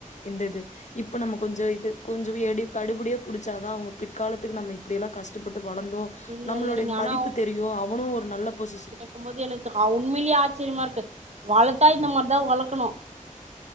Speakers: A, on the left; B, on the right.
A: இந்த இது இப்ப நம்ம கொஞ்ஜோ இது கொஞ்ஜோ எடி கடுபடியா புடிச்சா தா அவங்க பிற்காலத்துக்கு நம்ம இப்டியெல்லா கஷ்டப்பட்டு வளந்தோ
B: இல்ல
A: நம்மளோடய
B: இல்ல நீங்க ஆனா
A: மதிப்பு தெரியு அவனு ஒரு நல்ல பொசிஷ்
B: இருக்கும் போது எனக்கு அவ் உண்மையிலே ஆச்சரியமா இருக்கு வளத்தா இந்த மாரி தா வளக்கணு